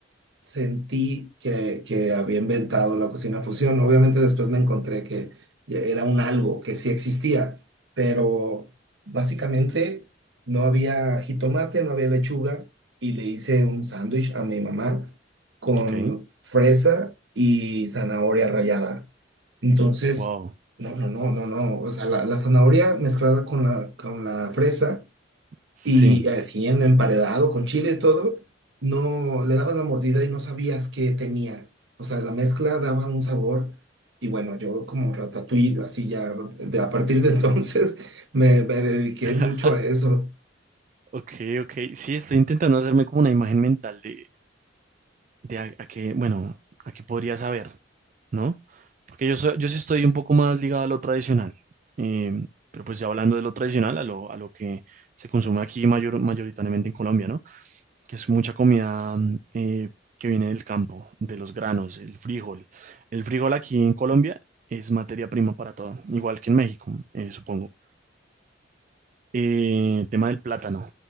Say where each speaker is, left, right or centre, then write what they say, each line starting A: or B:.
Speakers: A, on the right; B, on the right.
A: sentí que, que había inventado la cocina fusión. Obviamente después me encontré que ya era un algo que sí existía, pero básicamente no había jitomate, no había lechuga y le hice un sándwich a mi mamá con
B: Ok.
A: fresa y zanahoria rallada. Entonces,
B: Wow.
A: no, no, no, no, no, o sea, la, la zanahoria mezclada con la, con la fresa.
B: Sí.
A: Y así en emparedado con chile y todo, no le dabas la mordida y no sabías qué tenía. O sea, la mezcla daba un sabor. Y bueno, yo como ratatouille, así ya, de- a partir de entonces <laughs> me, me dediqué
B: <laughs>
A: mucho a eso.
B: Ok, ok. Sí, estoy intentando hacerme como una imagen mental de, de a, a qué, bueno, a qué podría saber, ¿no? Porque yo, soy- yo sí estoy un poco más ligado a lo tradicional. eh, pero pues ya hablando de lo tradicional, a lo, a lo que se consume aquí mayor, mayoritariamente en Colombia, ¿no? que es mucha comida mm, eh, que viene del campo, de los granos, el frijol. El frijol aquí en Colombia es materia prima para todo, igual que en México, eh, supongo. Eh, tema del plátano.